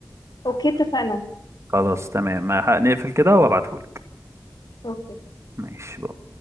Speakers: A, on the left; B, on the right.
A: اوكي اتفقنا
B: خلاص تمام ما هنقفل كده وابعتهولك
A: اوكي
B: ماشي بقى.